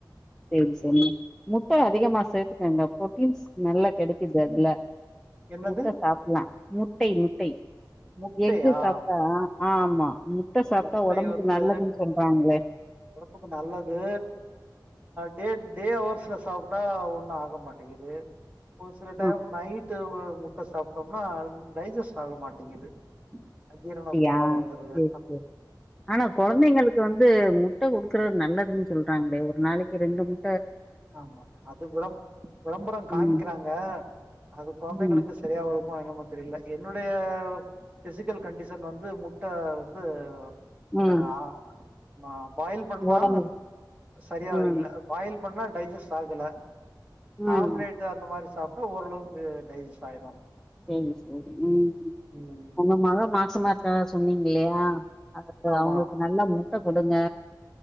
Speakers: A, in the centre; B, on the right.
A: சரி சரி முட்டை அதிகமா சேர்த்துக்காங்க பு்ரோட்டீன்ஸ் நல்லா கிடைக்குது அதுல
B: என்னது
A: முட்டை சாப்பலாம் முட்டை முட்ட முட்டை
B: முட்டையா
A: எக்கு சாப்பிட்டா ஆ ஆமா முட்டை சாப்பிட்டா
B: முட்டை
A: உடம்புக்கு
B: வந்து
A: நல்லதுன்னு சொல்றாங்களே
B: ஒடம்புக்கு நல்லது டே டே ஹவர்ஸ்ல சாப்பிட்டா ஒண்ணும் ஆக மாட்டேங்குது ஒரு சில டைம்
A: ஆ
B: நைட்டு முட்டை சாப்ப சாப்டோனா டைஜஸ்ட் ஆக மாட்டேங்குது அ ஜீரண
A: அப்டியா
B: கோலாறு வந்துடுது
A: சேரி ஆனா குழந்தைங்களுக்கு வந்து முட்டை கொடுக்கறது நல்லதுன்னு சொல்ற நாங்களே ஒரு நாளைக்கு ரெண்டு மூணு
B: ஆமா அது விள விளம்பரம் விளம்பரம் காமிக்கிறாங்க
A: ம்
B: அது குழந்தைங்களுக்கு
A: ம்
B: சரியா வருமோ என்ன தெரியல என்னுடைய பிசிக்கல் கண்டிஷன் வந்து முட்டை வந்து
A: ம்
B: ஆஹ் வாவ் பாயில் பண்ணா
A: ஒடம்புக்கு
B: சரியா
A: ம்
B: இல் பாயில் பண்ணா டைஜஸ்ட் ஆகல
A: ம்
B: ஆம்லேட் அந்த மாதிரி சாப்ப ஓரளவுக்கு டைஜெஸ்ட் ஆகிடும்
A: சரி சரி உம்
B: ம்
A: உங்க மகள் மாச மா ஆஹ் சொன்னீங்கல்லையா
B: ஆமா
A: அவங்களுக்கு நல்ல மு முட்டை கொடுங்க